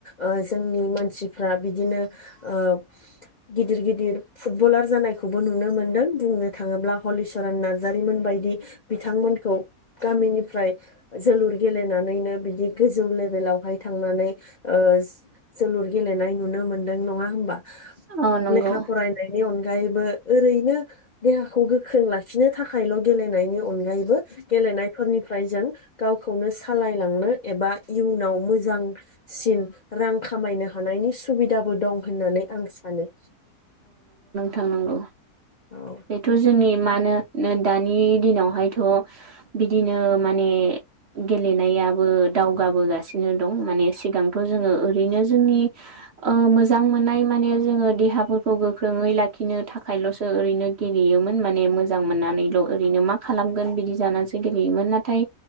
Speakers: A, on the left; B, on the right.
A: ओ जोंनि मानसिफ्रा बिदिनो ओ गिदिर गिदिर फुटबलार जानायखौबो नुनो मोन्दों बुंनो थाङोब्ला हलिचरन नार्जारि मोनबायदि। बि बिथांमोनखौ गामिनिफ्राय जोलुर गेलेनानैनो बिदि गोजौ लेेभे लावहाय थांनानै ओ जोलुर गेलेनाय नुनो मोनदों नङा होमबा
B: औ नंगौ
A: लेखा फरायनायनि अनगा यैबो ओरैनो देहाखौ गोख्रों लाखिनो थाखायल' गेलेनायनि अनगायैबो गेलेनायफोरनिफ्राय जों गावखौनो सालायलांनो एबा इयुनाव मोजांसिन रां खामायनो हानायनि सुबिदाबो दं होननानै आं सानो।
B: थांनांगौ
A: औ
B: बेथ' जोंनि मा होनो ओ दानि दिनावहायथ' बिदिनो माने गेलेनायाबो दावगाबोगासिनो दं माने सिगांथ' जोङो ओरैनो जोंनि ओ मोजां मोननाय माने जोङो देहाफोर खौ गोख्रोङै लाखिनो थाखायल'सो ओरैनो गेलेयोमोन माने मोजां मोननानैल' ओरैनो मा खालाम गोन बिदि जानानैसो गेलेयोमोन नाथाय